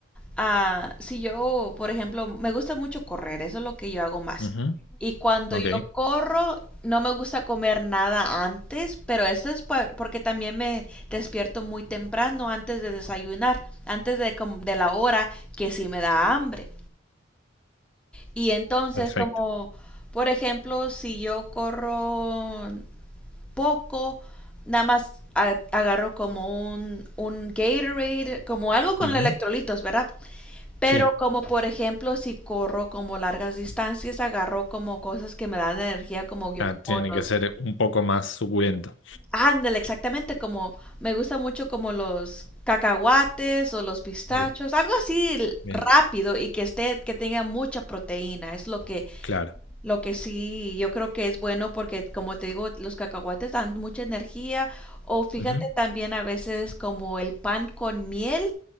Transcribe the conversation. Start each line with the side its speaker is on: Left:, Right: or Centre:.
Centre: ah, si yo, por ejemplo, me gusta mucho correr, eso es lo que yo hago más.
Left: Ujú,
Centre: Y cuando
Left: Ok,
Centre: yo corro, no me gusta comer nada antes, pero eso es por- porque también me despierto muy temprano antes de desayunar, antes de, com- de la hora que sí me da hambre. Y entonces,
Left: perfecto.
Centre: como, por ejemplo, si yo corro poco, nada más a- agarro como un, un Gatorade, como algo con
Left: Ujú,
Centre: electrolitos, ¿verdad? Pero
Left: Sí,
Centre: como por ejemplo si corro como largas distancias, agarro como cosas que me dan energía, como yo
Left: ah,
Centre: como
Left: tiene
Centre: los...
Left: que ser un poco más suculento.
Centre: Ándale, exactamente, como me gusta mucho como los cacahuates o los pistachos,
Left: Uh,
Centre: algo así l-
Left: bien,
Centre: rápido y que esté, que tenga mucha proteína, es lo que,
Left: claro.
Centre: lo que sí, yo creo que es bueno porque como te digo, los cacahuates dan mucha energía o fíjate
Left: Ujú.
Centre: también a veces como el pan con miel